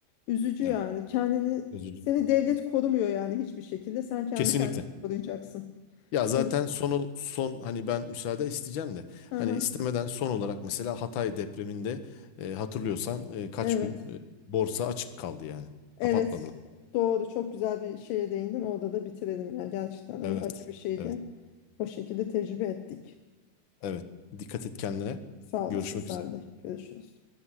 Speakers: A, on the left; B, on the left.
A: Üzücü
B: evet.
A: yani. Kendini
B: Özür dilerim.
A: seni devlet korumuyor yani hiçbir şekilde. Sen kendi
B: Kesinlikle.
A: kendini koruyacaksın.
B: Ya zaten
A: Bu.
B: son son hani ben müsaade isteyeceğim de
A: Hı
B: hani
A: hı.
B: istemeden son olarak mesela Hatay depreminde e, hatırlıyorsan e, kaç
A: Evet.
B: gün e, borsa açık kaldı yani.
A: Evet.
B: Kapatmadılar.
A: Doğru. Çok güzel bir şeye değindin. Orada da bitirelim. Yani gerçekten
B: Evet.
A: öyle acı bir şeydi.
B: Evet.
A: O şekilde tecrübe ettik.
B: Evet. Dikkat et kendine.
A: Sağ olasın
B: Görüşmek
A: sen
B: üzere.
A: de. Görüşürüz.